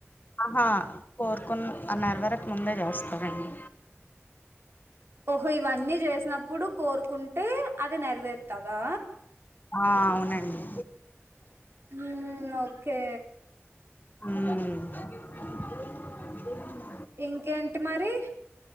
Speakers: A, on the left (about 40°); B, on the right (about 55°).
A: ఆహా కోరుకున్న నెరవేరక ముందే చేస్తారండి
B: ఓహో ఇవన్నీ చేసినప్పుడు కోరుకుంటే అది నెరవేర్తదా
A: ఆ అవునండి
B: ఉమ్ ఓకే
A: ఊం
B: ఇంకేంటి మరి